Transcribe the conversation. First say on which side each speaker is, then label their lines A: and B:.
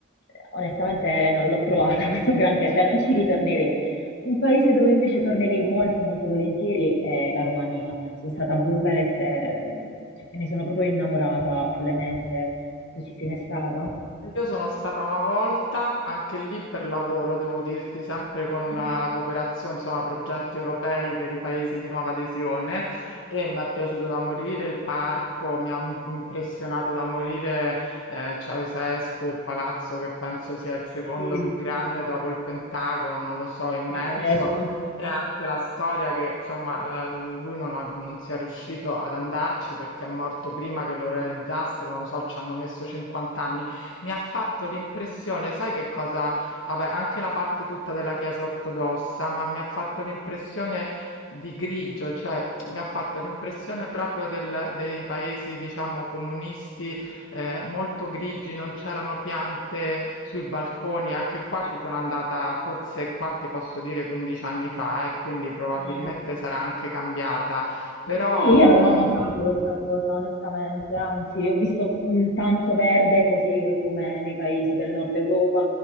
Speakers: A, on the left (about 55°); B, on the left (about 75°).
A: eh, onestamente non l'ho trovata <laughs> questo granché, cioè non ci ritornerei. Un paese dove invece tornerei molto molto volentieri è la Romania. Sono stata a Bucarest e mh, cioè, me ne sono proprio innamorata follemente. Tu ci sei mai stata?
B: Io sono stata una volta, anche lì per lavoro, devo dirti, sempre con
A: Ah,
B: eh, la cooperazione, insomma, progetti europei per i paesi di nuova adesione e mi è piaciuto da morire il parco, mi ha m- impressionato da morire eh, Ceausescu, il palazzo che penso sia il secondo
A: Sì,
B: più grande dopo il Pentagono, non lo so, immenso.
A: pazzesco.
B: E anche la storia che, insomma, eh, lui non, ha- non sia riuscito ad andarci perché è morto prima che lo realizzassero, non lo so, ci hanno messo 50 anni mi ha fatto l'impressione, sai che cosa? Vabbè, anche la parte tutta della Chiesa ortodossa, ma mi ha fatto l'impressione di grigio, cioè mi ha fatto l'impressione proprio del- dei paesi, diciamo, comunisti eh, molto grigi, non c'erano piante sui balconi. Anche qua ci sono andata, forse qua ti posso dire 15 anni fa, eh, quindi probabilmente
A: Eh,
B: sarà anche cambiata, però
A: Sì,
B: ho avuto
A: io non ho
B: un-
A: notato questa cosa, onestamente, anzi, ho visto mh, tanto verde così come nei paesi del nord Europa,